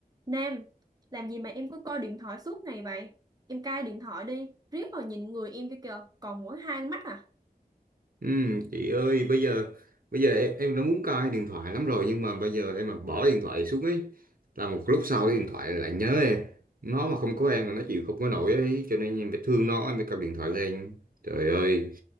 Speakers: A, on the right (about 25°); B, on the right (about 65°).
A: Nam, làm gì mà em cứ coi điện thoại suốt ngày vậy? Em cai điện thoại đi, riết rồi nhìn người em kia kìa, còn mỗi hai con mắt à?
B: Ừ, chị ơi bây giờ bây giờ em, em đã muốn cai điện thoại lắm rồi nhưng mà bây giờ em mà bỏ điện thoại xuống ấy là một lúc sau cái điện thoại lại nhớ em nó mà không có em là nó chịu không có nổi ấy cho nên em phải thương nó em phải cầm điện thoại lên trời ơi